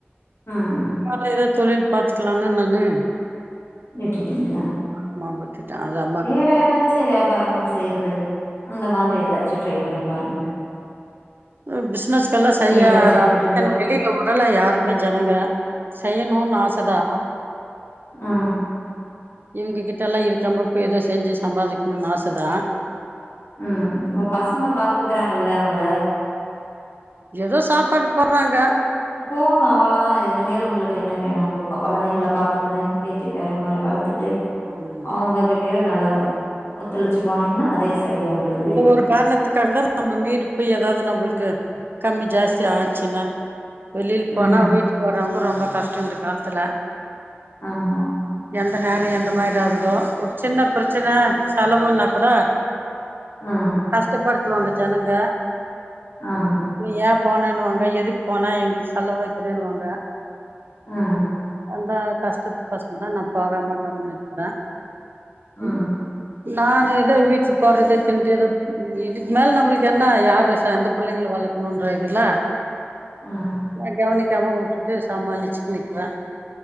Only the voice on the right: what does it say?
வேர ஏதோ தொழில் பாத்துக்கலாம்னு நானு
ஆமா ஓய் விட்டுட்ட அதா
ஆ பிசினஸ்க்கெல்லாம் செய்ய
<unintelligible>
வெளில உடல யாருமே ஜனங்க செய்யணும்னு ஆசதா
இவங்ககிட்ட எல்லாம் இருக்காம போய் ஏதோ செஞ்சு சம்பாதிக்கணும்னு ஆசதான்
ஏதோ சாப்பாடு போடுறாங்க
ம்
அந்த
ஒரு காரணத்துக்காக தான் நம்ம மீறி இப்ப ஏதாவது நம்மளுக்கு கம்மி ஜாஸ்தி ஆச்சுன்னா வெளில போனா
வீட்டுக்கு வறவங்க ரொம்போ கஷ்டம் இந்த காலத்துல
எந்த நேர எந்த மாதிரி ஆகுதோ ஒரு சின்ன பிரச்சன செலவுனா கூட
கஷ்டப்படுத்துவாங்க ஜனங்க
நீ ஏன் போனேன்னுவாங்க எதுக்கு போனா எங்களுக்கு செலவ வைக்கிறேன்னுவாங்க
அந்த கஷ்டத்து கோசம்தா நா போகாம கம்மனு இருக்குறே
உம் நான் எது வீட்ல போறது ணட் எதோ இதுக்கு மேல நம்மளுக்கு என்ன யாரு எந்த பிள்ளைங்களை வளர்க்கணும்ன்ற இதுல
நா கவனிக்காம விட்டுட்டு சமாளிச்சுக்கு நிக்குறே